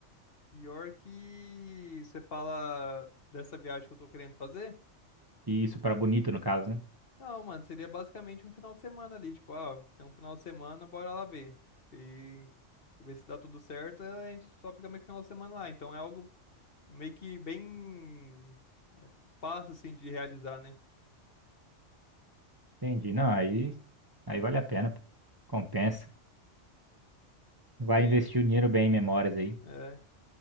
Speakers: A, on the left; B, on the right.
A: pior que você fala dessa viagem que eu tô querendo fazer.
B: E isso pra bonito no caso, né?
A: Não, mano, seria basicamente um final de semana ali, tipo, ah, tem um final de semana, bora lá ver. Se ver se dá tudo certo, a gente só fica meio que final de semana lá. Então é algo meio que bem é, fácil, assim, de realizar, né?
B: Entendi. Não, aí, aí vale a pena, pô. Compensa. Vai
A: Porque,
B: investir o dinheiro bem em memórias aí.
A: é,